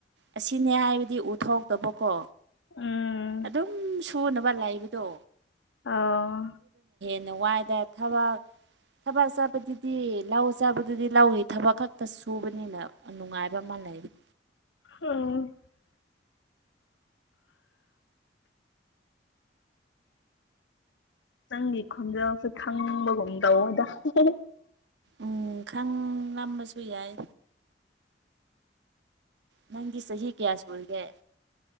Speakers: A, on the right (about 75°); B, on the left (about 85°).
A: ꯑꯁꯤꯅꯦ ꯍꯥꯏꯕꯗꯤ ꯎꯊꯣꯛꯇꯕꯀꯣ꯫
B: ꯎꯝ
A: ꯑꯗꯨꯝ ꯁꯨꯅꯕ ꯂꯩꯕꯗꯣ
B: ꯑꯥ
A: <unintelligible> ꯋꯥꯏꯗ ꯊꯕꯛ ꯊꯕꯛ ꯆꯠꯄꯗꯨꯗꯤ ꯂꯧ ꯆꯠꯗꯨꯗꯤ ꯂꯧꯏ ꯊꯕꯛ ꯈꯛꯇ ꯁꯨꯕꯅꯤꯅ ꯅꯨꯡꯉꯥꯏꯕ ꯑꯃ ꯂꯩꯕꯅꯤ꯫
B: ꯑꯣ ꯅꯪꯒꯤ ꯈꯣꯟꯖꯦꯜꯁꯦ ꯊꯪꯕꯒꯨꯝ ꯇꯧꯋꯦꯗ <unintelligible>
A: ꯎꯝ ꯈꯡ ꯂꯝꯕꯁꯨ ꯌꯥꯏ꯫ ꯅꯪꯒꯤ ꯆꯍꯤ ꯀꯌꯥ ꯁꯨꯔꯒꯦ?